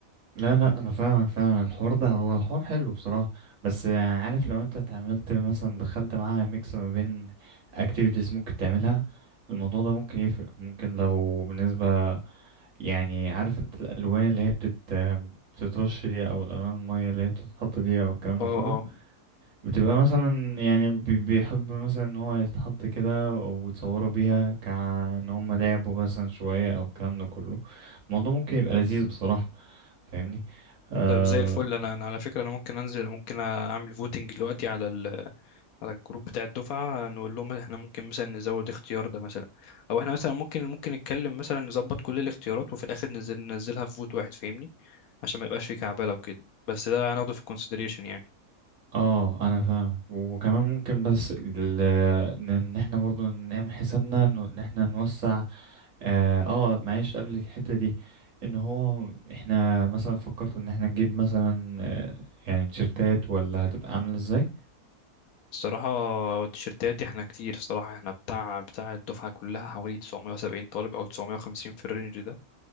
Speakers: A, on the right (about 60°); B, on the left (about 75°).
A: لا لا انا فاهمك فعلا الحوار ده هو الحوار حلو بصراحة بس آه، عارف لو انت اتعاملت مثلا دخلت معاها ميكس ما بين activities ممكن تعملها الموضوع ده ممكن يفرق ممكن لو بالنسبة يعني عارف انت الالوان اللي هي بتت بتترش دي او الالوان الميه اللي هي بتتحط دي او الكلام
B: اه
A: ده كله
B: اه
A: بتبقى مثلا يعني بي- بيحب مثلا ان هو يتحط كده او يتصوروا بيها كأن هم لعبوا مثلا شويه او الكلام ده كله الموضوع ممكن يبقى لذيذ بصراحه فاهمني آه
B: طيب زي الفل انا انا على فكره انا ممكن انزل ممكن اعمل فوتنج دلوقتي على ال... على الجروب بتاع الدفعه نقول لهم احنا ممكن مثلا نزود اختيار ده مثلا او احنا مثلا ممكن ممكن نتكلم مثلا نظبط كل الاختيارات وفي الاخر ننزل ننزلها في فوت واحد فاهمني عشان ما يبقاش فيه كعبله وكده بس ده هناخده في الكونسيدريشن يعني
A: اه انا فاهم وكمان ممكن بس ال- ان إن احنا برضو نعمل حسابنا انه ان احنا نوسع اه آه، معلش قبل الحتة دي ان هو احنا مثلا فكرت ان احنا نجيب مثلا آه، يعني تيشرتات ولا هتبقى عاملة ازاي
B: الصراحه التيشيرتات احنا كتير الصراحه احنا بتاع بتاع الدفعه كلها حوالي 970 طالب او 950 في الرينج ده